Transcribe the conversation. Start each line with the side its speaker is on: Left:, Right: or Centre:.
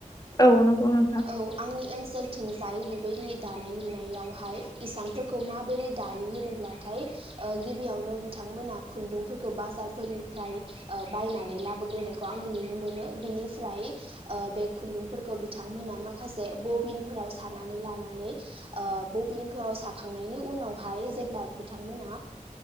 Left: औ नंगौ नोंथां
Right: औ आंनि ओनसोलथिं जाय बेबायदि दानाय लुनाय हाय इसानफोरखौ माबोरै दायो होनोब्लाथाय गिबियावनो बिथांमोना खुन्दुंफोरखौ बाजारफोरनिफ्राय बायनानै लाबोग्रोनायखौ आङो नुनो मोनो बेनिफ्राय बे खुन्दुंफोरखौ बिथांमोना माखासे बबिनफोराव सानानै लानानै ओ बबिनफोराव साखांनायनि उनावहाय जेब्ला बिथांमोना